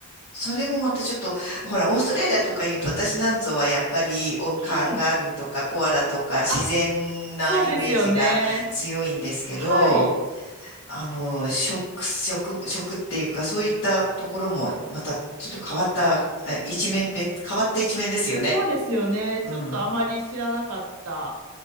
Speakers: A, on the left; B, on the right.
A: それもまたちょっと、ほら、オーストラリアとか言うと、私なんぞはやっぱり、お、カンガルーとかコアラとか自然なイメージが強いんですけど、
B: はい。あ、そうですよね。はい。
A: あの、食、食、食っていうか、そういったところも、またちょっと変わった、え一面、別、変わった一面ですよね。
B: そうですよね。
A: うん。
B: ちょっとあまり知らなかった、